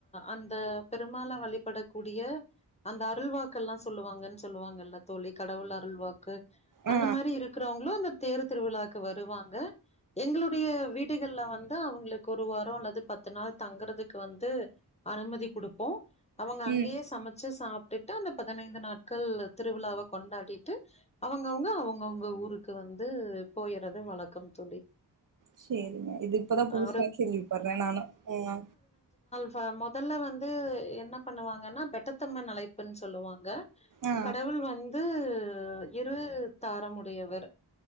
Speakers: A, on the left; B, on the right.
A: அந்த பெருமால வலிபடக்கூடிய அந்த அருள்வாக்கல்லா சொல்லுவாங்கன் சொல்லுவாங்கல்ல தோலி கடவுள் அருள்வாக் கு
B: ஆ
A: அந்த மாரி இருக்குறவங்ளு அந்த தேரு திருவிலாக்கு வருவாங்க எங்களுடைய வீடுகள்ல வந்து அவங்ளுக்கு ஒரு வாரோ அல்லது பத்து நாள் தங்குறதுக்கு வந்து அனுமதி குடுப்போ அவங்க அங்கயே
B: ம்
A: சமச்சு சாப் ட்டுட்டு அந்த பதினைந்து நாட் க்கள் திருவிழாவ கொண்டாடிட்டு அவுங்கவுங்க அவுங்கவுங்க ஊருக்கு வந்து போய்யறது வழக்கம் தோழி
B: சேரிங்க இது இப்பதா புதுசாக்கேல்வி
A: ஒரு
B: படற நானு ம்மா
A: ப்ப மொதல்ல வந்து என்ன பண்ணுவாங்கன்னா பெட்டத்தம்மன் அழைப்புனு சொல்லுவாங்க
B: ஆ
A: கடவுள் வந்து ல் இரு தாரமுடையவர்